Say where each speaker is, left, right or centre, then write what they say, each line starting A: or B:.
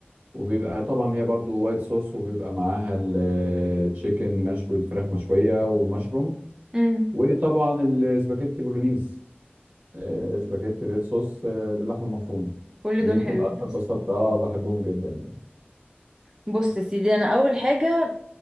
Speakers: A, on the right; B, on the right.
A: وبيبقى طبعا هي برضو وايت صوص وبيبقى معاها التشيكن مشوي الفراخ مشويه ومشروم
B: امم
A: وطبعا السباكيتي بولونيز آه، سباجيتي ريد صوص آه، باللحمه المفرومه
B: كل
A: دي
B: دول
A: يمكن
B: حلوين
A: اكتر
B: اصلا
A: بساطه اه بحبهم جدا يعني
B: بص يا سيدي انا اول حاجه